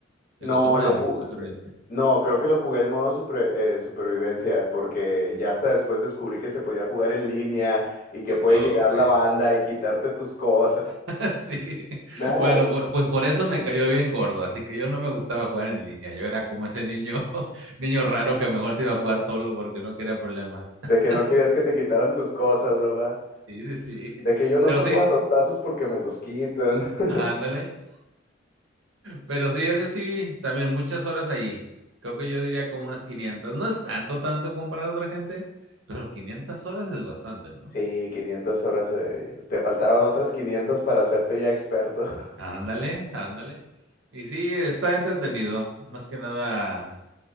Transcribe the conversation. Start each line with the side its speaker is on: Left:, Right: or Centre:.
Left: No,
Right: eh, ¿Cómo
Left: lo
Right: en
Left: Bueno,
Right: supervivencia?
Left: ju- no, creo que lo jugué en modo supre- eh, supervivencia, porque ya hasta después descubrí que se podía jugar en línea y que puede
Right: Oh,
Left: llegar
Right: ok.
Left: la banda y quitarte tus cosas.
Right: <laughs>
Left: Sí,
Right: Sí,
Left: Nada,
Right: bueno,
Left: güey,
Right: pu- pues por eso me cayó bien gordo, así que yo no me gustaba jugar en línea, yo era como ese niño, <laughs> niño raro que mejor se iba a jugar solo porque no quería problemas.
Left: de
Right: <laughs>
Left: que no querías que te quitaran tus cosas, ¿verdad?
Right: Sí, sí, sí,
Left: De que yo no
Right: pero
Left: juego
Right: sí,
Left: a los tazos porque me los quitan. <laughs>
Right: ándale, pero sí, ese sí, también muchas horas ahí, creo que yo diría como unas quinientas no es tanto, tanto comparado a otra gente, pero 500 horas es bastante, ¿no?
Left: Sí, 500 horas. eh, Te faltaban otras 500 para hacerte ya experto. <laughs>
Right: Ándale, ándale, y sí, está entretenido, más que nada